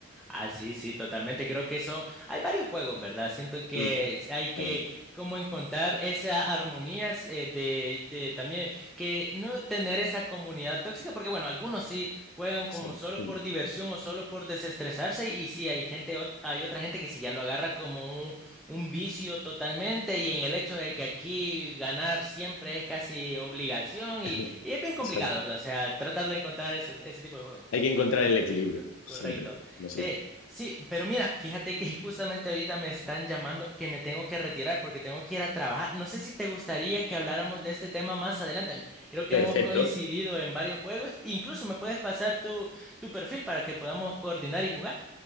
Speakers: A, in the centre; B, on the left.
A: Ah, sí, sí, totalmente. Creo que son, hay varios juegos, ¿verdad? Siento que
B: Mm.
A: s- hay que
B: Ay, no,
A: como encontrar esa armonía eh, de, de también que no tener esa comunidad tóxica, porque bueno, algunos sí juegan como
B: Exacto.
A: solo
B: Mm.
A: por diversión o solo por desestresarse y sí hay gente, ot- hay otra gente que sí ya lo agarra como un, un vicio totalmente y en el hecho de que aquí ganar siempre es casi obligación y,
B: <laughs>
A: y es bien complicado,
B: Exacto.
A: ¿verdad? O sea, tratar de encontrar esos- ese tipo de juegos.
B: Hay que encontrar el equilibrio, siempre,
A: Correcto.
B: como se
A: Eh,
B: dice.
A: sí, pero mira, fíjate que <laughs> justamente ahorita me están llamando porque me tengo que retirar, porque tengo que ir a trabajar. No sé si te gustaría que habláramos de este tema más adelante. Creo que
B: Perfecto.
A: hemos coincidido en varios juegos. Incluso me puedes pasar tu, tu perfil para que podamos coordinar y jugar.